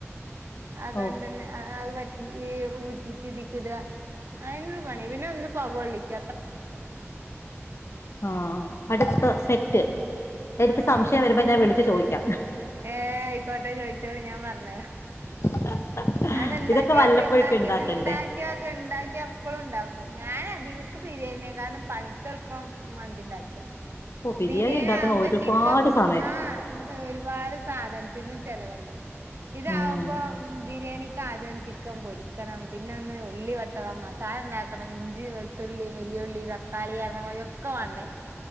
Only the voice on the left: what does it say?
ഓ
ആഹ് അടുത്ത സെറ്റ്. എനിക്ക്
സംശയം വരുമ്പോ ഞാൻ വിളിച്ചു ചോയിക്കാം.
<unintelligible>
ഇതൊക്കെ വല്ലപ്പോഴൊക്കെ
ഉണ്ടാക്കണ്ടേ
ഓ
ഉണ്ടാക്കണ
ഒരുപാട്
സമയം
ഉം